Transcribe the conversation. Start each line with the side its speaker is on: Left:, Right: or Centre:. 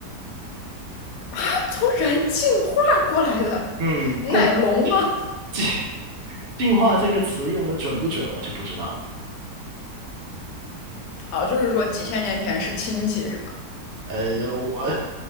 Left: <laughs> 从人进化过来的，
Right: 嗯，
Left: 奶龙吗？
Right: 但进进 <laughs> 进化这个词用的准不准，我就不知道了。
Left: 哦，就是说几千年前是亲戚是吧？
Right: 呃，我